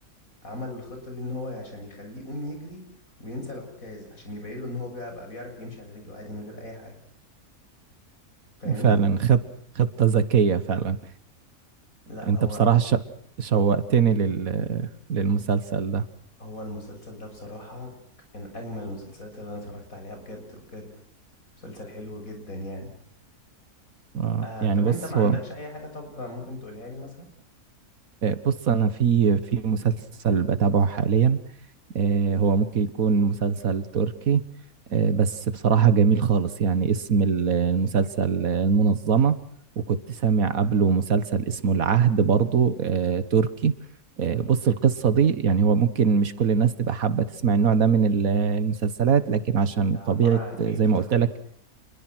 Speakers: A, on the left; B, on the right.
A: عمل الخطة دي ان هو عشان يخليه يقوم يجري وينسى العكاز عشان يبين له ان هو بقى بقى بيعرف يمشي على رجله عادي من غير اي حاجة فاهمني
B: فعلا خط خطة ذكية فعلا
A: لا
B: انت
A: هو
B: بصراحة ش... شوقتني لل... للمسلسل ده
A: هو المسلسل ده بصراحة من أجمل المسلسلات اللي أنا اتفرجت عليها بجد بجد مسلسل حلو جدا يعني
B: آه،
A: آه
B: يعني
A: طب
B: بص
A: أنت ما عندكش
B: هو
A: أي حاجة طب ممكن تقولها لي مثلا
B: آه، بص انا في في مسلسل بتابعه حاليا آه، هو ممكن يكون مسلسل تركي آه، بس بصراحة جميل خالص يعني اسم ال- المسلسل آه، المنظمة وكنت سامع قبله مسلسل اسمه العهد برضو آه، تركي آه، بص القصة دي يعني هو ممكن مش كل الناس تبقى حابة تسمع النوع ده من ال- المسلسلات لكن عشان
A: ده عبارة
B: طبيعة
A: عن إيه
B: زي
A: ده
B: ما
A: طيب
B: قلت لك